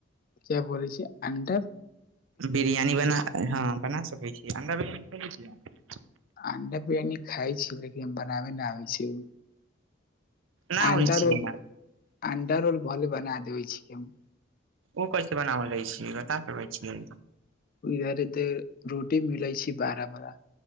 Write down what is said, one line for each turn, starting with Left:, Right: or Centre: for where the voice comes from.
Left: क्या बोले छै अंडा
Right: बिरयानी बना हँ बना सकै छी अणडा बिरयानी खोले छियै आहां
Left: अंडा बिरयनी खाय छी लेकिन हम बनाबे न आबै छै
Right: ना होइ
Left: अंडा
Right: छियै
Left: रोल अंडा रोल भले बना देबै छिय हम
Right: ओ कैसे बनावल लै छीय बता सकै छीयै
Left: इधर ते रोटी मिलै छै बारा बड़ा